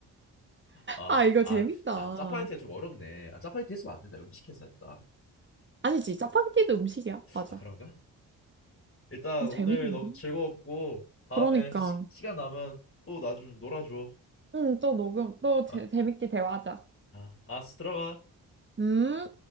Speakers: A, on the left; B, on the right.
A: 아,
B: 아, 이거
A: 아,
B: 재밌다.
A: 아, 짜파게티가 좀 어렵네. 아, 짜파게티 했으면 안 된다. 음식해서 했다.
B: 아니지, 짜파게티도 음식이야. 맞아.
A: 아, 그런가? 일단
B: 어, 재밌는데?
A: 오늘 너무 즐거웠고 다음에
B: 그러니까.
A: 시, 시간 나면 또 나 좀 놀아줘.
B: 응, 또 녹음, 또 재,
A: 아,
B: 재밌게 대화하자.
A: 아, 아, 들어가.
B: 음.